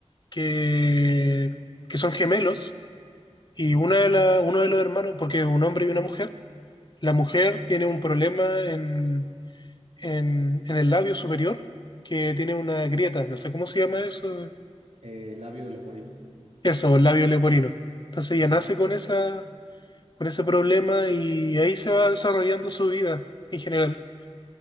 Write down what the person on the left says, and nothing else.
que, que son gemelos Y
una de la, uno de los hermanos, porque es un hombre y una mujer, la mujer tiene un problema en, en, en el labio superior, que tiene una grieta, no sé cómo se llama eso,
eso, el labio leporino. Entonces ella
nace con esa, con ese problema y ahí se va desarrollando su vida en general.